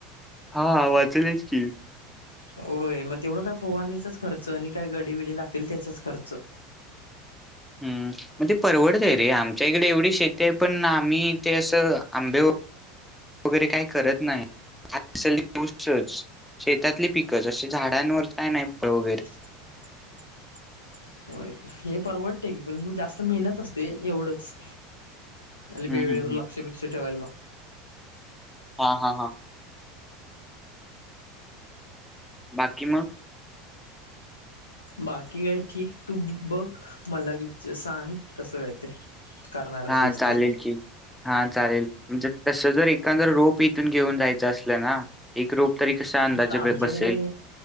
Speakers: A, in the centre; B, on the left (about 80°).
A: हा वाचेलच की.
B: होय मग तेवढं काय फोवारणीचाच खर्च आणि काय गडी विडी लागतील त्याचाच खर्च. <inaudible>
A: हम्म मग परवडतय रे आमच्या इकडे एवढी शेती ते पण आम्ही ते असं आंबे वगैरे काही करत नाही. <unintelligible> गोष्टच शेतातली पिकच असे झाडांवर काय नाही फळ वगैरे
B: <inaudible> हो हे परवडते की पण जास्त मेहनत असते एवढंच. आणि बेवेळेवर
A: हम्म हम्म हम्म.
B: लक्ष पिकक्ष ठेवायला.
A: हा हा हा. बाकी मग.
B: बाकी काय ठीक तू बघ मला विच सांग कसं काय ते. करणार असलस
A: हा चालेल
B: तर.
A: की. हा चालेल म्हणजे तस जर एकंदर रोप इथून घेऊन जायचं असलं ना. एक रोप तरी कशा अंदाजे
B: ता आमच्याकडे
A: ब- बसेल